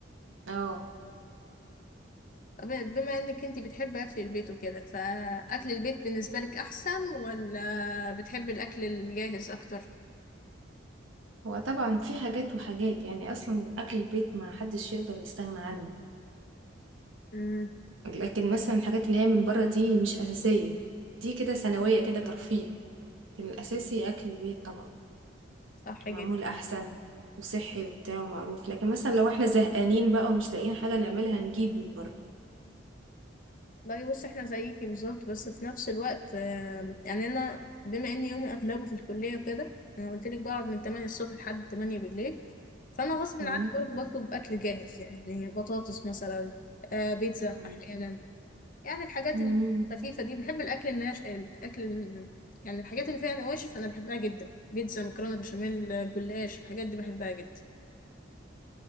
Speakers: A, on the right; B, on the left.
A: اه
B: طب بما انك انت بتحبي اكل البيت وكده فاكل البيت بالنسبه لك احسن ولا بتحبي الاكل الجاهز اكتر
A: هو طبعا في حاجات وحاجات يعني اصلا اكل البيت ما حدش يقدر يستغنى عنه
B: امم
A: لكن مثلا الحاجات اللي هي من بره دي مش أساسية دي كده ثانوية كده ترفيه لكن الأساسي أكل البيت طبعا
B: صح
A: معمول
B: جدا
A: أحسن وصحي وبتاع ومعروف لكن مثلا لو احنا زهقانين بقى ومش لاقيين حاجة نعملها نجيب من بره
B: لا بص احنا زيكي بالظبط بس في نفس الوقت آم، يعني انا بما ان يومي اغلبه في الكليه وكده انا قلت لك بقعد من 8 الصبح لحد 8 بالليل فانا غصب
A: مم.
B: عني برضه بطلب اكل جاهز يعني بطاطس مثلا آه بيتزا
A: مم.
B: احيانا يعني الحاجات
A: مم.
B: الخفيفة دي بحب الأكل الناش الأكل ال- يعني الحاجات اللي فيها نواشف أنا بحبها جدا بيتزا مكرونة بشاميل جلاش الحاجات دي بحبها جدا